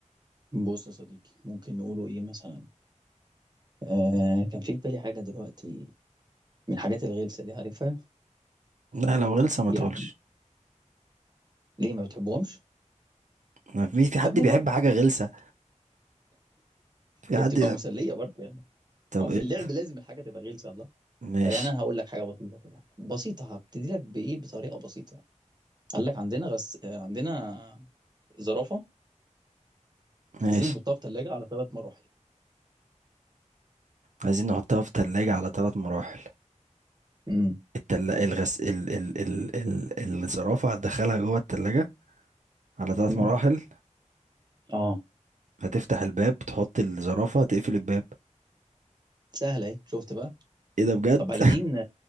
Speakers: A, on the right; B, on the right.
A: بص يا صديقي ممكن نقوله ايه مثلا آه كان في في بالي حاجه دلوقتي من الحاجات الغلسه دي عارفها
B: لا لو غلسة ما
A: يعني
B: تقولش
A: ليه ما بتحبهمش
B: ما في في حد
A: طب نجرب
B: بيحب حاجة غلسة في
A: هي
B: حد
A: بتبقى
B: بيحب-
A: مسليه برضه يعني
B: طب
A: ما هو في
B: قشطة
A: اللعب لازم الحاجه تبقى غلسه الله
B: ماشي
A: طب يعني انا هقول لك حاجه بسيطه كده بسيطه هبتدي لك بايه بطريقه بسيطه قال لك عندنا غس... آه، عندنا زرافه
B: ماشي
A: عايزين نحطها في ثلاجه على ثلاث مراحل
B: عايزين نحطها في تلاجة على ثلاث مراحل
A: امم
B: التل... الغس ال... ال... ال... ال... الزرافة هتدخلها جوه التلاجة على ثلاث
A: امم
B: مراحل
A: اه
B: هتفتح الباب تحط الزرافة تقفل الباب
A: سهله اهي شفت بقى
B: ايه ده بجد
A: طب
B: <laughs>
A: عايزين